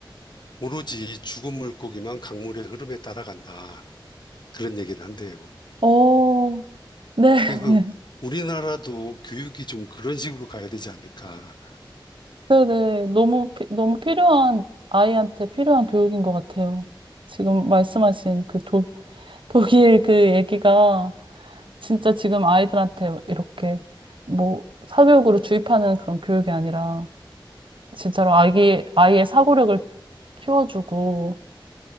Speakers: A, on the left; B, on the right.
A: 오로지 죽은 물고기만 강물의 흐름에 따라간다. 그런 얘기를 한대요.
B: 어, 네.
A: 그래서
B: <laughs>
A: 우리나라도 교육이 좀 그런 식으로 가야 되지 않을까.
B: 네네. 너무, 피- 너무 필요한, 아이한테 필요한 교육인 것 같아요. 지금 말씀하신 그 독, 독일 그 얘기가 진짜 지금 아이들한테 이렇게 뭐 사교육으로 주입하는 그런 교육이 아니라 진짜로 아기, 아이의 사고력을 키워주고